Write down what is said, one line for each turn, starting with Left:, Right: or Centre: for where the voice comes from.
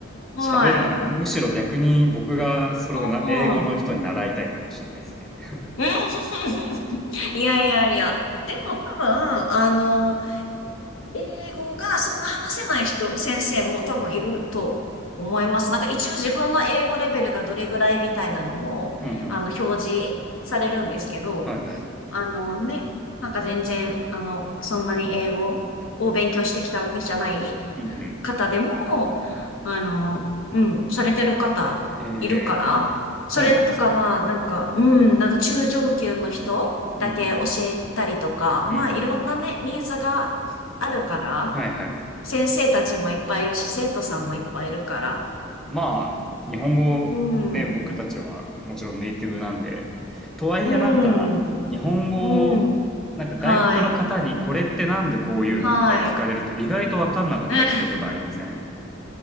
Left: はい。
Centre: 喋るのが、むしろ逆に僕がそれをな、
Left: う
Centre: 英語の人に習いたいかもしれないですね。
Left: ん。<laughs> いやいやいや。でも多分、あの、英語がそんな話せない人、先生も多分いると思います。なんか一応自分の英語レベルがどれぐらいみたいなのも、
Centre: <laughs> うんうん。
Left: あの、表示されるんですけど、
Centre: はいはい。
Left: あのね、なんか全然、あの、そんなに英語を勉強してきたわけじゃない
Centre: うんうん。
Left: 方でも、あの、うん、されてる方いるから、
Centre: えー、
Left: それとかまあ、
Centre: そうなんですね。
Left: なんか、うん、なんか中上級の人だけ教えたりとか、
Centre: うんうん。うんうん。
Left: まあいろんなね、ニーズがあるから、
Centre: はいはい。
Left: 先生たちもいっぱいいるし、生徒さんもいっぱいいるから、
Centre: まあ、日本語、
Left: うん、
Centre: ね、
Left: うん、
Centre: 僕たちはもちろんネイティブなんで、とはいえなんか、
Left: うん、
Centre: 日本語を、
Left: うん、
Centre: なんか外国の方にこれってなんでこういうのとか聞かれると意外とわかんなかったりすることありません
Left: はい、はい。うん